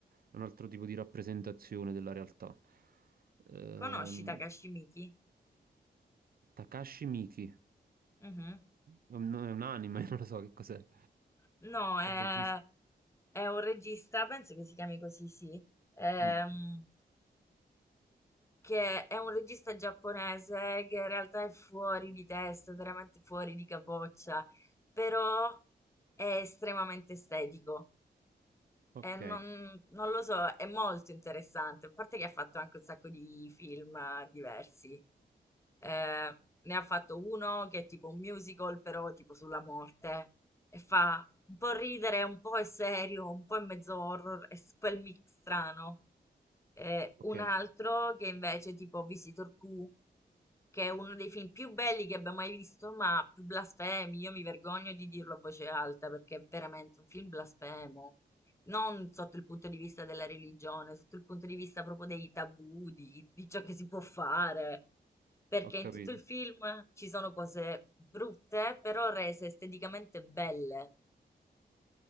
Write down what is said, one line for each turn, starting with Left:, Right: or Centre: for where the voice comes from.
Right: un altro tipo di rappresentazione della realtà. Ehm,
Left: Conosci Takashi Miike?
Right: Takashi Miike,
Left: Mhm.
Right: è un è un anime, <laughs> non lo so che cos'è.
Left: No, è
Right: È un regista.
Left: È un regista, penso che si chiami così, sì, ehm,
Right: Mm,
Left: che è un regista giapponese che in realtà è fuori di testa, veramente fuori di capoccia, però è estremamente estetico.
Right: ok,
Left: E non, non lo so, è molto interessante, a parte che ha fatto anche un sacco di film eh, diversi. Eh, ne ha fatto uno che è tipo un musical, però tipo sulla morte. E fa un po' ridere, un po' è serio, un po' è mezzo horror, è s- quel mix strano. Eh,
Right: ok,
Left: un altro che invece è tipo Visitor Q, che è uno dei film più belli che abbia mai visto, ma più blasfemi. Io mi vergogno di dirlo a voce alta perché è veramente un film blasfemo non sotto il punto di vista della religione, sotto il punto di vista proprio dei tabù, di, di ciò che si può fare. Perché
Right: ho capito.
Left: in tutto il film ci sono cose brutte, però rese esteticamente belle.